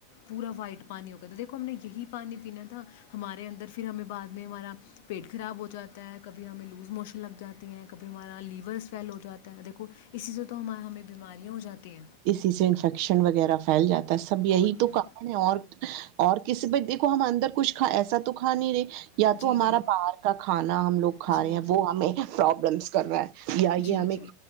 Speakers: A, on the left; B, on the right.
A: پورا وائٹ پانی ہو گیا تھا دیکھو ہم نے یہی پانی پینا تھا ہمارے اندر پھر ہمیں بعد میں ہمارا پیٹ خراب ہو جاتا ہے کبھی ہمیں لوز موشن لگ جاتی ہیں کبھی ہمارا لیورس فیل ہو جاتا ہے دیکھو اسی سے تو ہم ہمیں بیماریاں ہو جاتی ہیں
B: اسی سے انفیکشن وغیرہ پھیل جاتا سب یہی
A: اور کیا
B: تو کن ہے اور اور کسی ب دھو ہم اندر کچھ کھ ایسا تو کھا نہیں رہے یا
A: جی
B: تو ہمارا
A: جی
B: باہر کا کھانا ہم لوگ کھا
A: جی
B: رہے ہیں وہ ہمیں پربلمس کروائے <inaudible> یا
A: جی
B: یہ ہمیں
A: جی